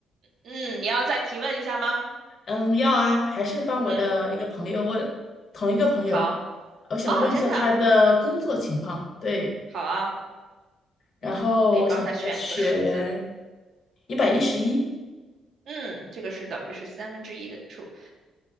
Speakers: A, on the right; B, on the left.
A: 嗯，你要再提问一下吗？
B: 嗯，要啊，还是帮我的一个朋友问，
A: 嗯嗯，
B: 同一个朋友，
A: 好，
B: 我想问一下他的工作情况。
A: 哦，真的，嗯，
B: 对，
A: 好啊，
B: 然后我想给他选
A: 你可可以帮他选一个数字，
B: 一百一十一。
A: 嗯，这个是等于是三分之一的数。